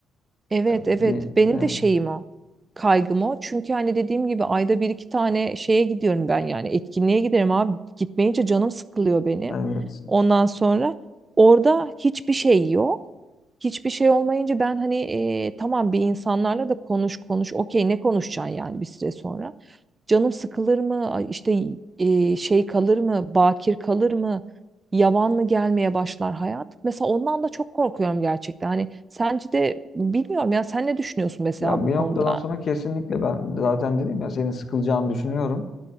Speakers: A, on the right; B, on the left.
A: Evet
B: Bir,
A: evet benim
B: e,
A: de şeyim o kaygım o çünkü hani dediğim gibi ayda bir iki tane şeye gidiyorum ben yani etkinliğe giderim abi gitmeyince canım sıkılıyor benim
B: evet.
A: ondan sonra orada hiçbir şey yok hiçbir şey olmayınca ben hani e, tamam bir insanlarla da konuş konuş okey ne konuşacaksın yani bir süre sonra Canım sıkılır mı? Ay İşte e, şey kalır mı? Bakir kalır mı? Yavan mı gelmeye başlar hayat? Mesela ondan da çok korkuyorum gerçekten. Hani sence de bilmiyorum ya sen ne düşünüyorsun mesela
B: Ya
A: bu
B: bir
A: konuda?
B: noktadan sonra kesinlikle ben zaten dedim ya senin sıkılacağını düşünüyorum.